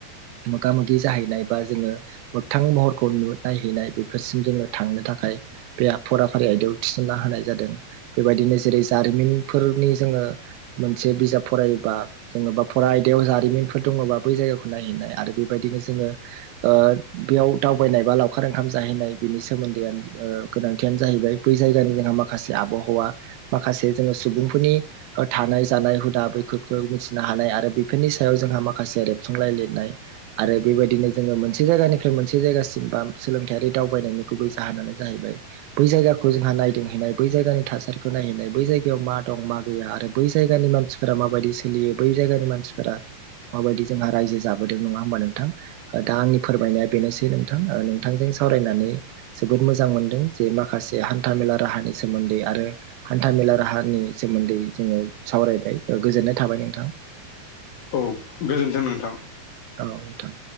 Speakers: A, on the right (about 80°); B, on the left (about 60°).
A: मोगा मोगि जाहैनाय बा जोङो मोगथां महरखौ नु नायहैनाय बेफोरसिम जोङो थांनो था थाखाय बे फराफारि आयदायाव सोना होनाय जादों बेबायदिनो जेरै जारिमिनफोरनि जोङो मोनसे बिजाब फरायोबा जेनबा फरा आयदायाव जारिमिनफोर दङबा बै जायगाखौ नायहैनाय आरो बेबायदिनो जोङो ओ बेयाव दावबायनाय बा लावखार ओंखाम जाहैनाय बेनि सोमोन्दैआ गोनांथियानो जाहैबाय बै जायगानि जोंहा माखासे आबहावा माखासे जोङो सुबुंफोरनि थानाय जानाय हुदा बै फोरखौ मिथिनो हानाय आरो बेफोरनि सायाव जोंहा माखासे रेबथुमलाय लिरनाय आरो बेबायदिनो जोङो मोनसे जायगानिफ्राय मोनसे जायगासिम बा सोलोंथाइयारि दावबायनायनि गुबै जाहोनानो जाहैबाय बै जायगाखौ खौ जोंहा नायदोंहैनाय बै जायगानि थासारिखौ नायहैनाय बै जायगायाव मा दं मा गैया आरो बै जायगानि मानसिफोरा मा माबायदि सोलियो बै जायगानि मानसिफोरा माबायदि जोंहा रायजो जाबोदों नङा होमबा नोंथां दा आंनि फोरमायनाया बेनोसै नोंथां ओ नोंथांजों सावरायनानै जोबोद मोजां मोनदों जे माखासे हान्था मेला राहानि सोमोन्दै आरो हान्था मेला राहानि सोमोन्दै जोङो सावरायबाय। गोजोननाय थाबाय नोंथां।
B: औ गोजोन्थों नोंथां।
A: औ नोंथां।